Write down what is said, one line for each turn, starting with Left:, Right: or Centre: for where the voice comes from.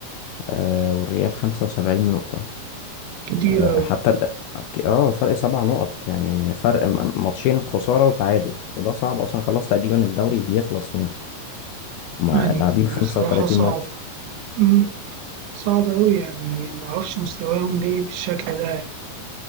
Left: آه، والريال 75 نقطة
Right: كتير
Left: آه،
Right: أوي
Left: حتى ال- اه فرق سبع نقط يعني فرق م- ماتشين خسارة وتعادل وده صعب اصلا خلاص تقريبا الدوري بيخلص يعني هما
Right: يعني
Left: لاعبين 35
Right: بصراحة صعب
Left: ماتش
Right: مم. صعب أوي يعني معرفش مستواهم ليه بالشكل ده يعني.